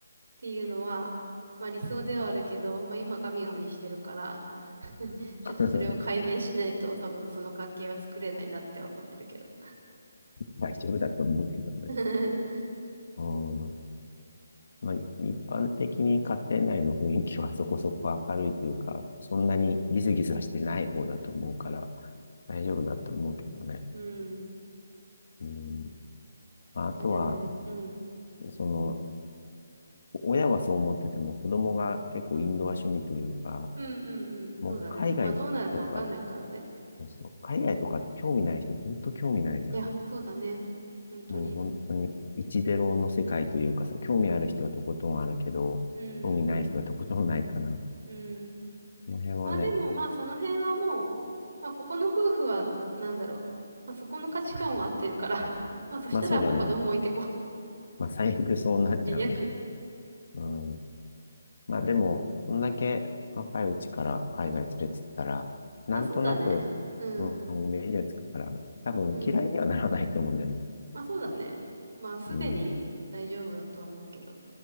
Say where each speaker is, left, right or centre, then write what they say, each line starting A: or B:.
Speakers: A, on the right; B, on the left.
A: ていうのは、まあ理想ではあるけど、まあ今ガミガミしてるから <laughs> ちょっとそれを改善しないと多分その関係は作れないなって思ってるけど。
B: <laughs> 大丈夫だと思うけどね。
A: <laughs>
B: うんまあ、一般的に家庭内の雰囲気は <laughs> そこそこ明るいというか、そんなにギスギスはしてない方だと思うから、大丈夫だと思うけどね。
A: うん。
B: うん。
A: <laughs>
B: まあ、あとは、
A: まあでもね、うん。
B: その、親はそう思ってても、子供が結構インドア趣味というか、
A: うんうんうん。
B: もう海外とか、
A: そうだね。まあどうなるかわかんないからね。
B: そうそう、海外とかって興味ない人、本当興味ないじゃん。
A: いや、そうだね。本当に。
B: もう本当に、一ゼロの世界というかさ、興味ある人はとことんあるけど、
A: うんうん
B: 興味ない人はとことんないから、こ
A: うん。うん。
B: の辺はね、
A: まあでもまあその辺はもう、まあここの夫婦はなんだろう。まあそこの価値観を合ってるから。<laughs> まあそしたらもう子供置いてこう。
B: まあそうだね。まあ、最悪そうなっちゃうね。
A: <laughs> 最悪。
B: うん。まあ、でも、こんだけ若いうちから海外連れてったら、なんとなく、
A: まあそうだね。うん。
B: うん、イメージがつくから、多分嫌いにはならないと思うんだよね。
A: うん。まあそうだね。まあすでに大丈夫だとは思うけど。
B: うん。